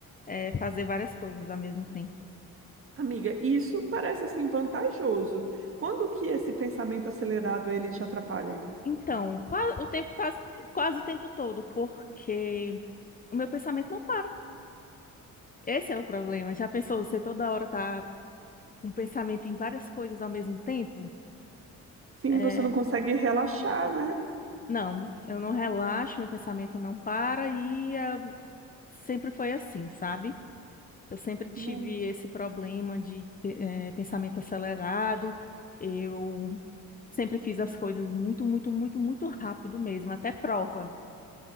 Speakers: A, on the left (about 25°); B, on the right (about 40°).
A: é, fazer várias coisas ao mesmo tempo.
B: Amiga, isso parece assim vantajoso. Quando que esse pensamento acelerado ele te atrapalha?
A: Então, qua- o tempo quase, quase o tempo todo, porque o meu pensamento não para. Esse é o problema. Já pensou, você toda hora tá com pensamento em várias coisas ao mesmo tempo,
B: Sim,
A: é,
B: você não consegue relaxar, né?
A: não, eu não relaxo, meu pensamento não para e é, sempre foi assim, sabe? Eu sempre tive
B: Não-
A: esse problema de pe- eh, pensamento acelerado, eu sempre fiz as coisas muito, muito, muito, muito rápido mesmo, até prova.